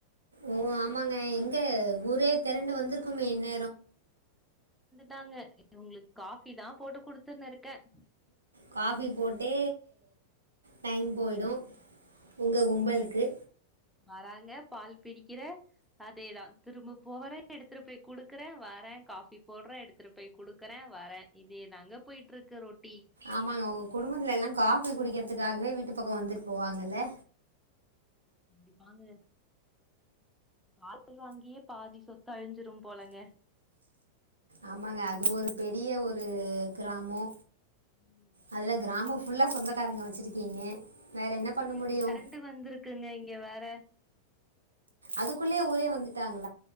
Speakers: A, on the right (about 75°); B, in the centre.
A: ஓ ஆமாங்க எங்க ஊரே திரண்டு வந்திருக்குமே என்ன
B: தாங்க உங்களுக்கு காபி தான் போட்டு குடுத்துன்னு இருக்கேன்
A: காபி போட்டே டைம் போயிடும் உங்க கும்பலுக்கு
B: வராங்க பால் பிடிக்கிற அதேதான் திரும்ப போறன் எடுத்துட்டு போய் குடுக்குறேன் வரேன் காபி போடுறேன் எடுத்துட்டு போய் குடுக்குறேன் வரேன் இதேதாங்க போயிட்டு இருக்கு ரொட்
A: ஆமாங்க உங்க குடும்பத்துல எல்லாம் காபி குடிக்கிறது த்துக்காகவே வீட்டு பக்கம் வந்துட்டு போவாங்கல்ல
B: கண்டிப்பாங்க பால் வாங்கியே பாதி சொத்து அழிஞ்சிரும் போலங்க
A: ஆமாங்க அது ஒரு பெரிய ஒரு கிராமோ
B: ம்.
A: அதுல கிராம ஃபுல்லாக சொந்தக்காரங்க வச்சுருக்கீங்க வேறு என்ன
B: ஊரே
A: பண்ண முடியும்
B: தெரண்டு வந்திருக்குங்க இங்க வேற
A: அதுக்குள்ளயே ஊரே வந்துட்டாங்க